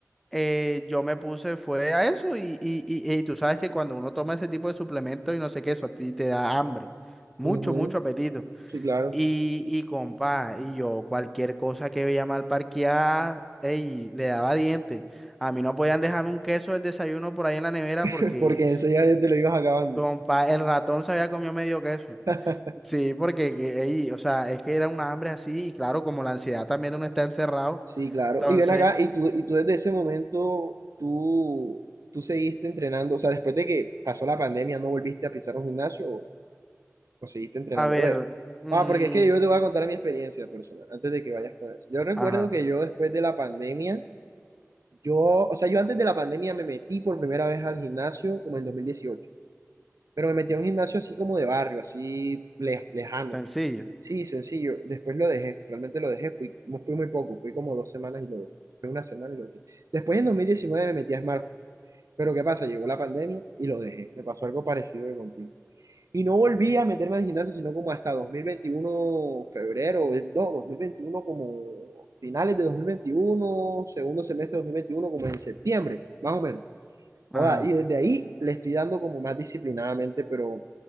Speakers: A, in the centre; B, on the right (about 90°).
A: eh, yo me puse fue a eso y, y, y, y tú sabes que cuando uno toma ese tipo de suplementos y no sé qué, eso a ti te da hambre, mucho,
B: Ujú,
A: mucho apetito.
B: Sí, claro,
A: Y, y compa, y yo cualquier cosa que veía mal parqueada, ey, le daba dientes. A mí no podían dejarme un queso del desayuno por ahí en la nevera
B: <laughs>
A: porque,
B: porque enseguida ya te lo ibas acabando.
A: compa, el ratón se había comido medio queso.
B: <laughs>
A: Sí, porque que ahí, o sea, es que era una hambre así y claro, como la ansiedad también de uno está encerrado,
B: Sí, claro.
A: entonces,
B: Y ven acá, y tú, y tú desde ese momento, tú, tú seguiste entrenando, o sea, después de que pasó la pandemia, ¿no volviste a pisar un gimnasio o, o seguiste entrenando?
A: a ver,
B: Oye,
A: mm,
B: ah, porque es que yo te voy a contar mi experiencia personal, antes de que vayas con eso. Yo recuerdo
A: ajá,
B: que yo después de la pandemia, yo, o sea, yo antes de la pandemia me metí por primera vez al gimnasio como en dos mil dieciocho pero me metí a un gimnasio así como de barrio, así le- lejano.
A: sencillo,
B: Sí, sencillo. Después lo dejé, realmente lo dejé. Fui, no fui muy poco, fui como dos semanas y lo dejé. Fue una semana y lo dejé. Después en 2019 me metí a Smartfood. Pero ¿qué pasa? Llegó la pandemia y lo dejé. Me pasó algo parecido que contigo. Y no volví a meterme al gimnasio, sino como hasta 2021, febrero, eh, no, 2021 como finales de 2021, segundo semestre de 2021, como en septiembre, más o menos. Joda,
A: ajá,
B: y desde ahí le estoy dando como más disciplinadamente, pero